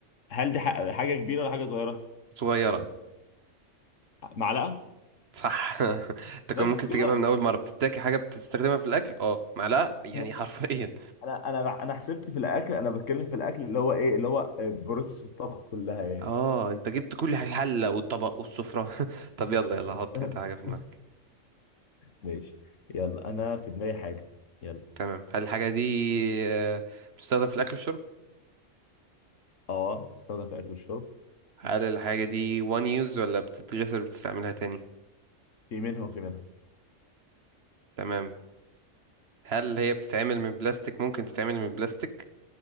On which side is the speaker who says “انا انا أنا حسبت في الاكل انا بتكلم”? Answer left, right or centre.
Left